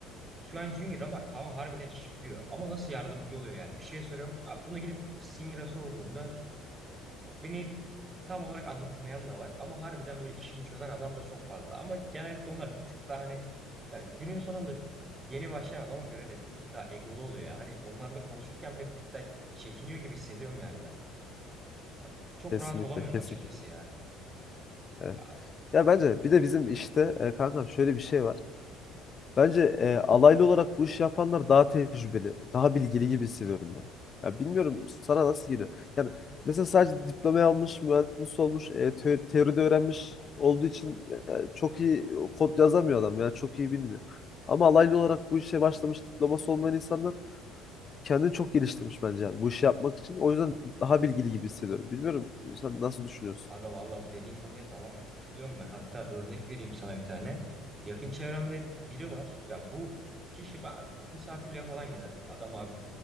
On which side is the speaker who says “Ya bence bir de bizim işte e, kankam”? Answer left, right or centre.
Left